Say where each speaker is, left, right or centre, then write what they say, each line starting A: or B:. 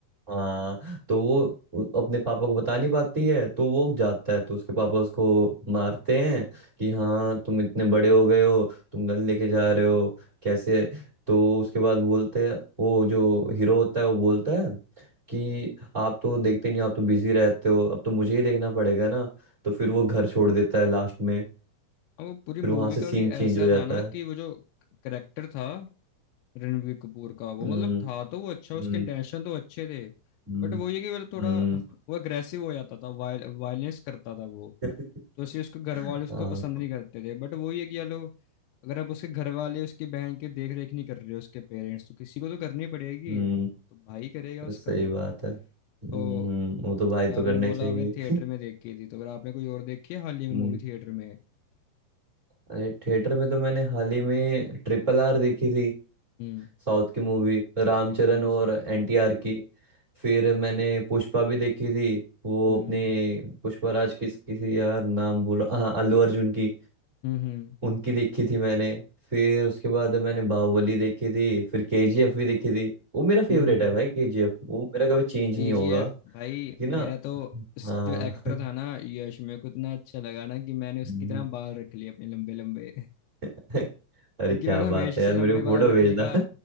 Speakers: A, on the right; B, on the left.
A: हाँ तो वो उ- अपने पापा को बता नहीं पाती है तो वो जाता है तो उसके पापा उसको मारते हैं कि हाँ तुम इतने बड़े हो गए हो तुम गन लेके जा रहे हो कैसे तो उसके बाद बोलते हैं वो जो हीरो होता है वो बोलता है कि आप तो देखते नहीं हो, आप तो बिजी रहते हो अब तो मुझे ही देखना पड़ेगा ना तो फिर वो घर छोड़ देता है लास्ट में
B: अब वो पूरी मूवी
A: फिर वहां से
B: का
A: सीन
B: भी ऐसा
A: चेंज हो जाता
B: था ना कि
A: है
B: वो जो करेक्टर था रणवीर कपूर का वो
A: हम्म
B: मतलब था तो वो अच्छा उसके
A: हम्म
B: इंटेंशन तो अच्छे थे
A: हम्म
B: बट वो ये कि वो थोड़ा
A: हम्म
B: <laughs> वो अग्रेसिव हो जाता था वायल, वायलेंस करता था वो
A: <laughs>
B: तो इसलिए उसके घर
A: हाँ
B: वाले उसको पसंद नहीं करते थे बट वो ये कि चलो अगर अब उसके घर वाले उसकी बहन की देख रेख नहीं कर रहे उसके पेरेंट्स तो किसी को तो करनी पड़ेगी
A: हम्म
B: तो भाई करेगा उसका
A: सही
B: वो
A: बात
B: तो
A: है हम्म,
B: तो
A: वो तो भाई तो
B: आपने
A: करने
B: बोला
A: चाहिए
B: आपने थिएटर में देखी थी तो अगर आपने कोई और देखी है हाल ही में
A: हम्म,
B: मूवी थिएटर में
A: अरे थिएटर में तो मैंने हाल ही में ट्रिपल आर देखी थी
B: हम्म
A: साउथ की मूवी रामचरण
B: बड़ी फेमस
A: और
B: हुई
A: एनटीआर
B: थी
A: की फिर मैंने पुष्पा भी देखी थी वो
B: हम्म
A: अपनी पुष्पाराज की किसी यार नाम बोल रहा हाँ अल्लू अर्जुन की
B: हम्म हम्म
A: उनकी देखी थी मैंने फिर उसके बाद मैंने बाहुबली देखी थी फिर केजीएफ भी देखी थी वो मेरा फेवरेट
B: हम्म
A: है भाई केजीएफ वो मेरा कभी चेंज
B: केजीएफ
A: नहीं होगा
B: भाई
A: कि ना
B: मेरा तो उस
A: हाँ
B: जो एक्टर
A: <laughs>
B: था ना यश मेरे को इतना अच्छा लगा ना कि मैंने उसकी
A: हम्म।
B: तरह बाल रख लिए अपने लंबे लंबे <laughs>
A: <laughs> अरे
B: क्योंकि
A: क्या
B: मेरे को
A: बात
B: हमेशा
A: है
B: से
A: यार
B: लंबे
A: मेरे को
B: बाल
A: फोटो
B: रखने
A: भेजना
B: का
A: <laughs>